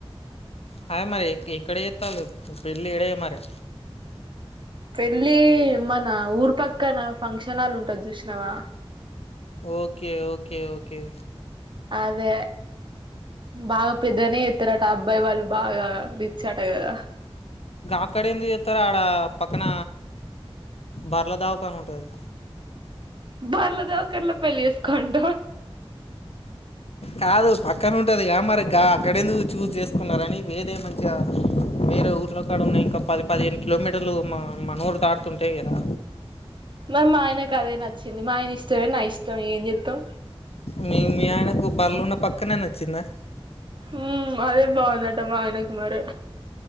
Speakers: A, on the left; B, on the right.
A: హాయ్ మరి ఎక్- ఎక్కడ చేస్తావు పెళ్ళి ఏడే మరి
B: పళ్లి మన ఊరి పక్కన ఫంక్షన్లు ఉంటది చూసినావా
A: ఓకే ఓకే ఓకే
B: అదే బాగా పెద్దనే ఎత్తారట అబ్బాయి వాళ్ళు బాగా అట కదా
A: అక్కడ ఎందు చెస్తారు ఆడ పక్కన బర్ల దావకాని ఉంటుంది
B: బార్లో దావకలో పలిసుకోంట
A: కాదు పక్కన ఉంటది ఏ మరి అక్కడ ఎందుకు చూజ్ చేసుకున్నారని వేరే మధ్య వేరే ఊర్లో కాడ ఉన్నయి ఇంకా పది పదిహేను కిలోమీటర్లు మా మా నూరు తాడుతుంటే కదా
B: మా ఆయనకు అదే నచ్చింది మా ఆయన ఇష్టమే నా ఇష్టం ఏం చెతాం
A: మీ మీ ఆయనకు బర్లున్న పక్కనే నచ్చిందా
B: ఉ అదే బవందటమా అకు మరి